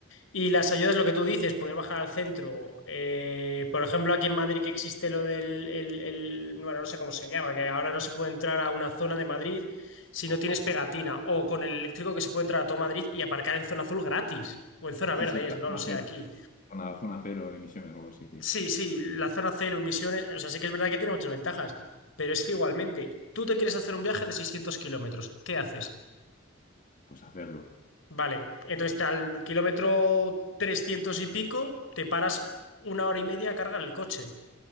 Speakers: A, on the left; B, on the left.
A: y las ayudas, lo que tú dices, poder bajar al centro, eh, por ejemplo, aquí en Madrid que existe lo del, el- el- bueno, no sé cómo se llama, que ahora no se puede entrar a una zona de Madrid si no tienes pegatina, o con el eléctrico que se puede entrar a todo Madrid y aparcar en zona azul gratis, o en zona
B: Sí,
A: verde
B: sí,
A: es,
B: la
A: no
B: zona
A: lo sé
B: cero.
A: aquí.
B: Una zona cero de emisiones o algo así, sí.
A: Sí, sí, la zona cero emisiones, o sea, sí que es verdad que tiene muchas ventajas, pero es que igualmente, tú te quieres hacer un viaje de 600 kilómetros, ¿qué haces?
B: Pues hacerlo.
A: Vale, entonces al kilómetro 300 y pico te paras una hora y media a cargar el coche.